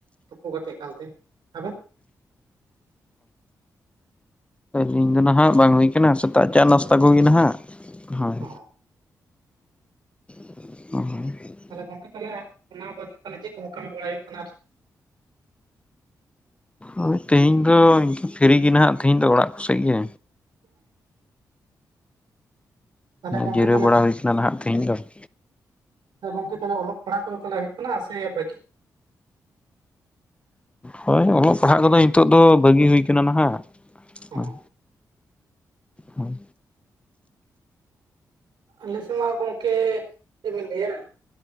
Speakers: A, on the right; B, on the left.
A: ᱛᱩᱯᱩ ᱠᱟᱛᱮᱫ ᱮᱠᱟᱞ ᱛᱮ᱾ ᱟᱵᱮᱱ?
B: ᱛᱮᱦᱮᱧ ᱫᱚ ᱱᱟᱦᱟᱜ ᱵᱟᱝ ᱦᱩᱭ ᱠᱟᱱᱟ ᱥᱮᱛᱟᱜ ᱪᱟ ᱱᱟᱥᱛᱟ ᱠᱚᱜᱮ ᱱᱟᱦᱟᱜ ᱦᱳᱭ᱾
A: ᱚ
B: <unintelligible>
A: ᱛᱟᱦᱞᱮ ᱜᱚᱝᱠᱮ ᱛᱟᱦᱞᱮ ᱚᱱᱟ ᱠᱚ ᱵᱟᱛ ᱠᱟᱛᱮᱫ ᱪᱮᱫ ᱠᱚ ᱠᱟᱹᱢᱤ ᱵᱟᱲᱟᱭ ᱦᱩᱭᱩᱜ ᱠᱟᱱᱟ᱾
B: ᱜᱚᱝᱠᱮ ᱛᱮᱦᱮᱧ ᱫᱚ ᱯᱷᱤᱨᱤ ᱜᱮ ᱱᱟᱦᱟᱜ ᱛᱮᱦᱮᱧ ᱫᱚ ᱚᱲᱟᱜ ᱠᱚ ᱥᱮᱫ ᱜᱮ᱾
A: <inaudible> ᱛᱟᱦᱚᱞᱮ ᱜᱚᱝᱠᱮ
B: ᱡᱤᱨᱟᱹᱣ ᱵᱟᱲᱟ ᱦᱩᱭᱩᱜ ᱠᱟᱱᱟ ᱱᱟᱦᱟᱜ ᱛᱮᱦᱮᱧ ᱫᱚ ᱾
A: ᱛᱟᱦᱚᱞᱮ ᱜᱚᱝᱠᱮ ᱛᱟᱦᱚᱞᱮ ᱚᱞᱚᱜ ᱯᱟᱲᱦᱟᱜ ᱠᱚᱫᱚ ᱛᱟᱦᱚᱞᱮ ᱦᱩᱭᱩᱜ ᱠᱟᱱᱟ ᱥᱮ ᱵᱟᱹᱠᱤ
B: ᱦᱳᱭ ᱚᱞᱚᱜ ᱯᱟᱲᱦᱟᱜ ᱠᱚᱫᱚ ᱱᱤᱛᱚᱜ ᱫᱚ ᱵᱟᱹᱜᱤ ᱦᱩᱭ ᱠᱟᱱᱟ ᱱᱟᱦᱟᱜ᱾
A: <inaudible>
B: ᱦᱳᱭ ᱦᱳᱭ
A: ᱟᱞᱮ ᱥᱮᱫ ᱢᱟ ᱜᱚᱝᱠᱮ ᱪᱮᱫ ᱵᱮᱱ ᱞᱟᱹᱭᱟ,